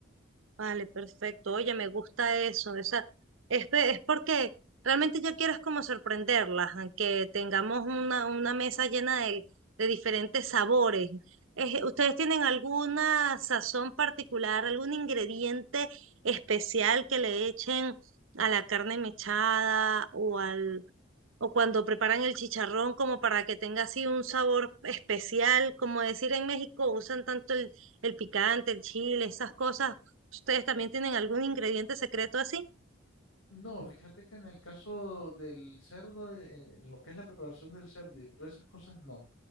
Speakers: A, on the right; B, on the left.
A: Vale, perfecto. Oye, me gusta eso. O sea, es, pe- es porque realmente yo quiero es como sorprenderlas, a que tengamos una, una mesa llena de, de diferentes sabores. Es- ¿ustedes tienen alguna sazón particular, algún ingrediente especial que le echen a la carne mechada o al o cuando preparan el chicharrón como para que tenga así un sabor especial, como decir en México usan tanto el, el picante, el chile, esas cosas. ¿Ustedes también tienen algún ingrediente secreto así?
B: No, fíjate que en el caso del cerdo, eh, en lo que es la preparación del cerdo y todas esas cosas, no.